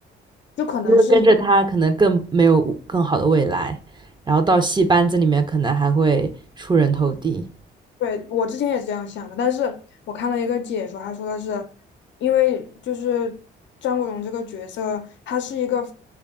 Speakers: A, on the left; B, on the right.
A: 就可能是。
B: 因为跟着他可能更没有更好的未来，然后到戏班子里面可能还会出人头地。
A: 对，我之前也是这样想的，但是我看了一个解说，他说的是，因为就是张国荣这个角色，他是一个